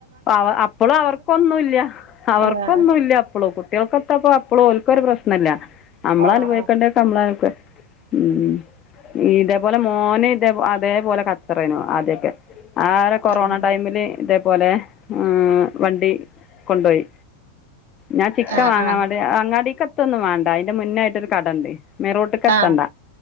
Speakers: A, on the left; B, on the right.
A: അവ അപ്പപ്പോഴും അവർക്കൊന്നുംല്ല അവർക്കൊന്നുംല്ല
B: ആഹ്
A: അപ്പളും കുട്ടികൾക്കോക്ക എത്തപ്പോ അപ്പോള ഓക്ക ഒരു പ്രശ്നമല്ല നമ്മള
B: ആഹ്
A: അനുഭവിക്കേണ്ടക്കെ നമ്മള ഉം ഇതേപോലെ മോന ഇത അതേപോലെ കച്ചറനും ആദ്യൊക്കെ ആ കൊറോണ
B: ആഹ്
A: ടൈമില് ഇതേപോലെ ആ വണ്ടി കൊണ്ടുപോയി ഞാൻ ചിക്കൻ
B: ആഹ്
A: വാങ്ങാൻ
B: ആഹ്
A: അങ്ങാടിക്ക ത്തൊന്നും വേണ്ട അതിന്റെ മുന്നോയിട്ടൊരു കടണ്ട് മെറോട്ട് കത്തണ്ട
B: ആഹ്